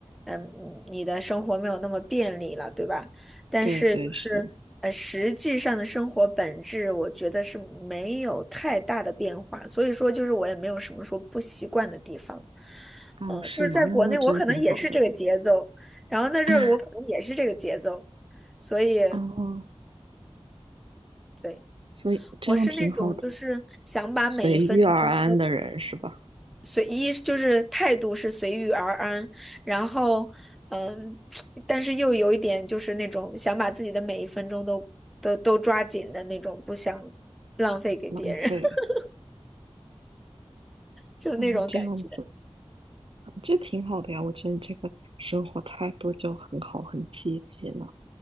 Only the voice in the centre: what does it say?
嗯，你的生活没有那么便利了，对吧？但是就是呃，
实际上的生活本质，我觉得是没有太大的变化。所以说，就是我也没有什么说不习惯的地方。
嗯，就是在国内，
我可能也是这个节奏，然后在这儿我可能也是这个节奏，
所以
对，
我是那种就是想把每一分。
钟。随一就是态度是随遇而安，然后嗯，<tsk> 但是又有一点就是那种想把自己的每一分钟都都都抓紧的那种，不想浪费给别人，
<laughs> 就那种感觉。